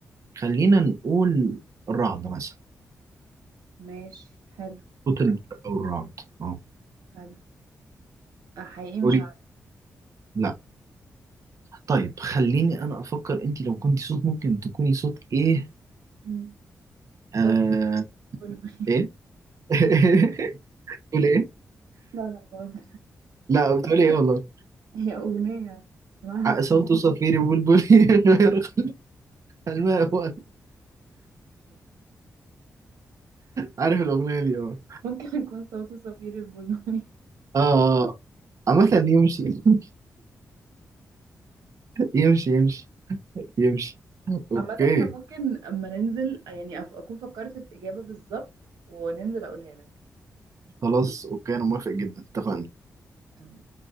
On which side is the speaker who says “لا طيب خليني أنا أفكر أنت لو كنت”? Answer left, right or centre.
Right